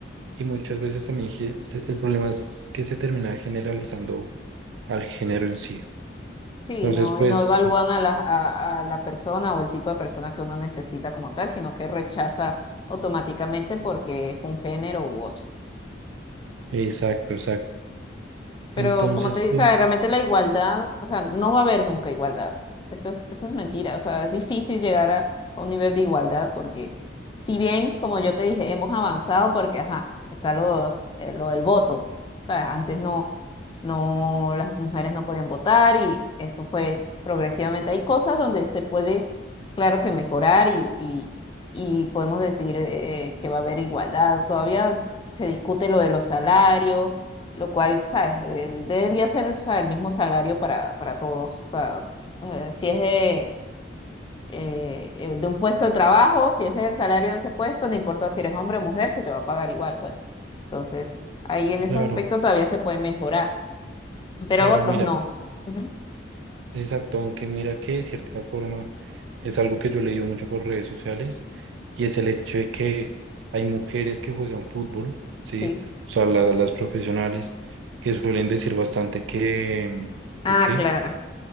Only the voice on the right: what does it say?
Y muchas veces también ge- se- el problema es que se termina generalizando al género en sí.
Entonces,
pues,
exacto, exacto. Entonces,
pues,
claro,
claro,
mira,
exacto, aunque mira que de cierta forma es algo que yo he leído mucho por redes sociales y es el hecho de que hay mujeres que juegan fútbol, ¿sí?
O sea, la- las profesionales que suelen decir bastante que, mm,
que, qué,